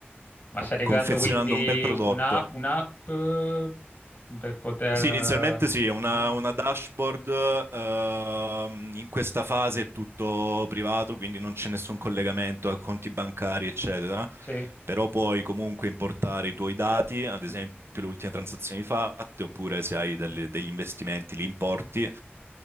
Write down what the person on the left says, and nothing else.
Ma stai
creando quindi
un'app un'app, eh, per poter...
ah,
Sì,